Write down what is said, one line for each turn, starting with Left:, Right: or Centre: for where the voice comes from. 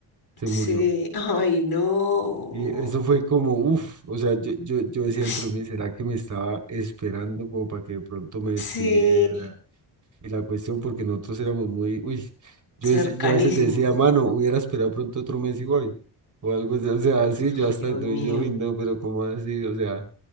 Right: se
Left: Sí,
Right: murió.
Left: ay, no.
Right: Y eso fue como, uff, o sea, yo, yo, yo decía
Left: <sighs>
Right: dentro de mí, ¿será que me estaba esperando como para que de pronto me despidiera?
Left: Sí.
Right: Y la cuestión, porque nosotros éramos muy, uy, yo,
Left: cercanísimos.
Right: deci- yo a veces decía, mano, hubiera esperado pronto otro mes y voy. O algo así, o sea, sí,
Left: Ay,
Right: yo hasta
Left: Dios
Right: entonces
Left: mío,
Right: yo, uy, no, pero como así? O sea,